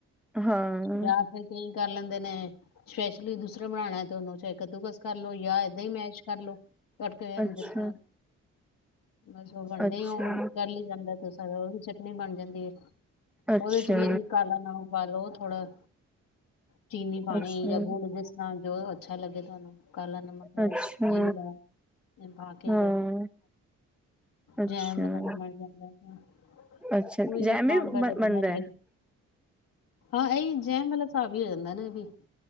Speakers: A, in the centre; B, on the left.
A: ਹਾਂ।
B: ਜਾਂ ਫਿਰ ਕਈ ਕਰ ਲੈਂਦੇ ਨੇ ਸਪੈਸ਼ਲੀ ਦੂਸਰਾ ਬਣਾਉਣਾ ਤੇ ਉਹਨੂੰ ਚਾਹੇ ਕੱਦੂਕ ਕਰਲੋ ਜਾਂ ਇਏਦਾਂ ਹੀ ਮੈਚ ਕਰਲਓ ਤੜਕੇ
A: ਅੱਛਾ
B: ਜਿਸ ਤਰ੍ਹਾਂ ਬਸ ਉਹ ਬਣਦੇ
A: ਅੱਛਾ
B: ਹੀ ਉਹ ਕਰ ਲਈ ਜਾਂਦਾ ਤ ਉਹ ਵੀ ਚਟਨੀ ਬਣ ਜਾਂਦੀ ਹੈ
A: ਅੱਛਾ
B: ਉਹਦੇ ਵੀ ਅਸੀਂ ਕਾਲਾ ਨਾ ਪਾ ਲੋਓ ਥੋੜਾ ਚੀਨੀ ਪਾਉਣੀ
A: ਅੱਛਾ
B: ਜਾਂ ਗੁੜ ਜਿਸ ਜੋ ਅੱਛਾ ਲੱਗਦਾ ਤੁਹਾਨੂੰ ਕਾਲਾ ਨਮਕ
A: ਅੱਛਾ
B: ਜੀਰਾ ਤੇ ਪਾ ਕੇ
A: ਹਾਂ
B: ਉਹ
A: ਅੱਛਾ
B: ਜੈਮ ਵਗੈਰਾ ਮਰ ਜਾਂਦਾ
A: ਅੱਛਾ
B: ਉਹੀ
A: ਜੈਮ
B: ਕੰਮ
A: ਵੀ ਬ-
B: ਜਿੰਨਾ
A: ਬਣਦਾ ਹੈ
B: ਤੇ ਹਾਂ ਇਹਹੀ ਜੈਮ ਵਾਲਾ ਹਿਸਾਬ ਹੀ ਹੋ ਜਾਂਦਾ ਨਾ ਇਹ ਵੀ